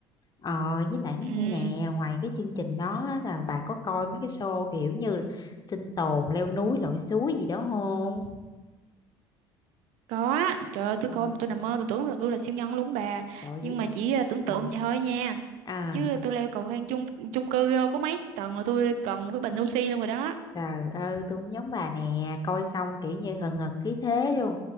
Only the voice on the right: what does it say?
ừ
có á. trời ơi tôi
coi mà tôi nằm mơ tôi tưởng là tôi là siêu nhân luôn bà
nhưng
mà chỉ ờ, tưởng tượng
vậy thôi nha
chứ tôi leo cầu thang chung chung cư ờ, có mấy tầng là tôi cần một cái bình oxy luôn rồi đó